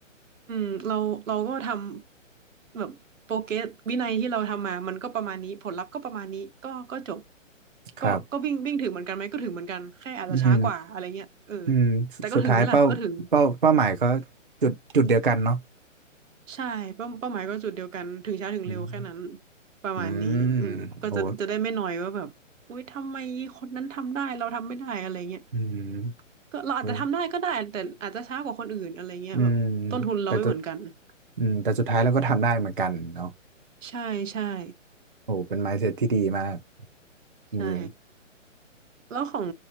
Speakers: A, on the right (about 70°); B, on the right (about 45°).
A: อืมเราเราก็ทำแบบโปรเกรสวินัยที่เราทำมามันก็ประมาณนี้ผลลัพธ์ก็ประมาณนี้ก็ก็จบ
B: ครับ
A: ก็ก็วิ่งวิ่งถึงเหมือนกันไหมก็ถึงเหมือนกันแค่อาจจะช้ากว่าอะไรเงี้ยเออ
B: อืม อืมสสุดท้ายเป้าเป้าเป้าหมายก็
A: แต่ก็ถึงไหมล่ะก็ถึง
B: จุดจุดเดียวกันเนาะ
A: ใช่เป้าเป้าหมายก็จุดเดียวกันถึงช้าถึงเร็วแค่นั้น
B: อืม
A: ประมาณนี้อืมก็จะจะได้ไม่นอยว่าแบบอุ้ยทำไมคนนั้นทำได้เราทำไม่ได้อะไรเงี้ย
B: อืมโอ้อืม
A: ก็เราอาจจะทำได้ก็ได้แต่อาจจะช้ากว่าคนอื่นอะไรเงี้ยแบบต้นทุนเราไม่เหมือนกัน
B: โอ้อืมแต่ตัวอืมแต่สุดท้ายเราก็ทำได้เหมือนกันเนาะ
A: ใช่ใช่
B: โอ้เป็น mindset ที่ดีมากจริง
A: ใช่แล้วของ